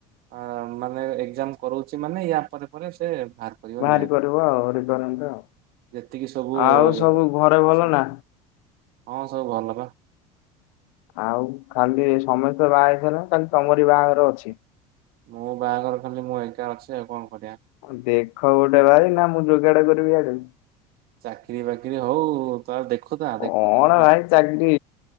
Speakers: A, on the right; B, on the left.
A: ଅ ମାନେ ଏକ୍ଜାମ୍ କରଉଚି ମାନେ ୟା ପରେ ପରେ ସେ ବା କରିବ
B: ବାହାରି
A: ନିହାତି
B: କରିବ ଆଉ ରିକ୍ୱାରମେଣ୍ଟ ଆଉ।
A: ଯେତିକି ସବୁ
B: ଆଉ ସବୁ ଘରେ ଭଲ
A: ଅଛି।
B: ନା?
A: ହଁ ସବୁ ଭଲ ବା
B: ଆଉ ଖାଲି ସମସ୍ତେ ବାହା ହେଇସାରିଲେଣି ତମରି ବାହାଘର ଅଛି।
A: ମୋ ବାହାଘର ଖାଲି ମୁଁ ଏକା ଅଛି ଆଉ କଣ କରିଆ?
B: ଅଁ ଦେଖ ଗୋଟେ ଭାଇ ନା ମୁଁ ଯୋଗାଡ କରିବି ଆଡ଼ୁ।
A: ଚାକିରୀ ବାକିରି ହଉ ତଉ ଦେଖୁଥା ଦେଖୁଥା
B: କଣ
A: ନା
B: ଭାଇ ଚାକିରି